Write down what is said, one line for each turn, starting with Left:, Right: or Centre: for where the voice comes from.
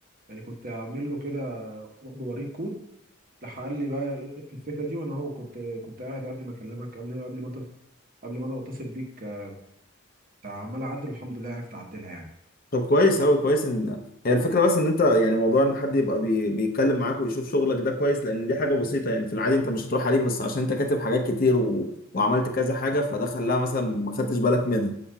Right: يعني كنت اعمل له كده بوريك كود راح قال لي بقى الفكره دي وانا هو كنت كنت قاعد قبل ما اكلمك قبل قبل ما انت قبل ما انا اتصل بيك آه، عمال اعدل والحمد لله عرفت اعدلها يعني
Left: طب كويس اوي كويس ان هي الفكره بس ان انت يعني موضوع ان حد يبقى بي... بيتكلم معاك ويشوف شغلك ده كويس لان دي حاجه بسيطه يعني في العادي انت مش هتروح عليك بس عشان انت كاتب حاجات كتير و... وعملت كذا حاجه فده خلاها مثلا ما خدتش بالك منها